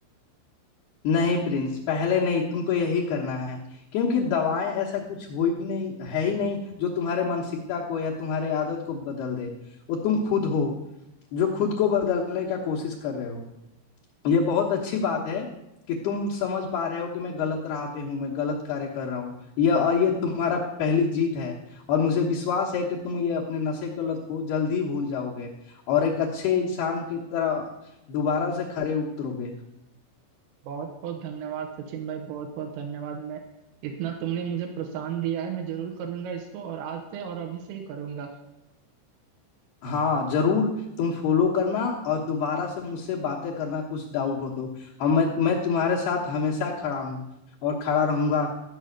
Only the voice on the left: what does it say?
नहीं प्रिंस पहले नहीं तुमको यही करना है क्योंकि दवाएं ऐसा कुछ हो ही नहीं है ही नहीं जो तुम्हारे मानसिकता को या तुम्हारे आदत को बदल दे वो तुम खुद हो जो खुद को बदलने का कोशिश कर रहे हो ये बहुत अच्छी बात है कि तुम समझ पा रहे हो कि मैं गलत राह पे हूँ मैं गलत कार्य कर रहा हूँ यह और ये तुम्हारा पहली जीत है और मुझे विश्वास है कि तुम ये अपने नशे की लत को जल्द ही भूल जाओगे और एक अच्छे इंसान की तरह दोबारा से खरे उतरोगे
हाँ जरूर तुम फॉलो करना और दोबारा से मुझसे बातें करना कुछ डाउट हो तो हम मैं मैं तुम्हारे साथ हमेशा खड़ा हूँ और खड़ा रहूंगा